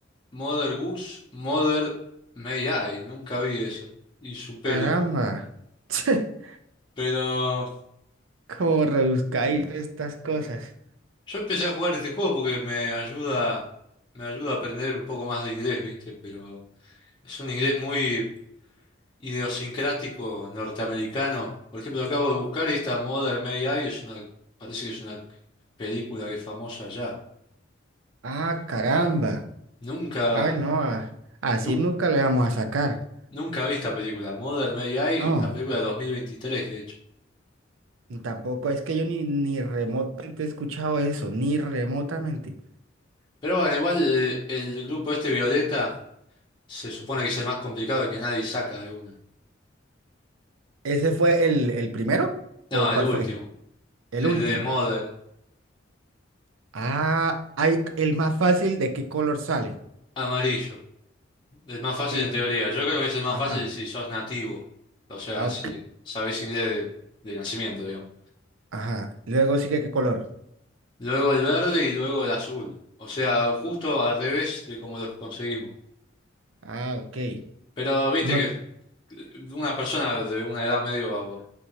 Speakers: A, on the left; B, on the right.
A: Mother Goose, Mother May I. Nunca vi eso. Y Superior.
B: Caramba. <laughs> <laughs>
A: Pero
B: Como rebuscáis estas cosas.
A: yo empecé a jugar este juego porque me ayuda, me ayuda a aprender un poco más de inglés, ¿viste? Pero es un inglés muy idiosincrático norteamericano. Por ejemplo, lo acabo de buscar y esta Mother May I es una, parece que es una película que es famosa ya.
B: Ah, caramba.
A: Nunca,
B: Ah, no. ah, Así
A: nun-
B: nunca le vamos a sacar.
A: nunca vi esta película, Mother May I,
B: No,
A: una película de 2023, de hecho.
B: tampoco es que yo ni, ni remotamente he escuchado eso, ni remotamente.
A: Pero bueno, igual eh, el, grupo este Violeta se supone que es el más complicado y que nadie saca de una.
B: ¿Ese fue el, el primero?
A: No,
B: ¿O
A: el
B: cuál
A: último,
B: fue? El
A: el
B: último.
A: de Mother,
B: Ah, hay el más fácil de qué color sale.
A: amarillo, el más fácil
B: Eh,
A: en teoría. Yo creo que es el más
B: ajá.
A: fácil si sos nativo, o sea,
B: ah,
A: si
B: ok,
A: sabés inglés de, de nacimiento, digamos.
B: Ajá. Luego sigue qué color.
A: luego el verde y luego el azul. O sea, justo al revés de cómo los conseguimos.
B: Ah, ok.
A: Pero viste
B: No,
A: que una persona de una edad medio...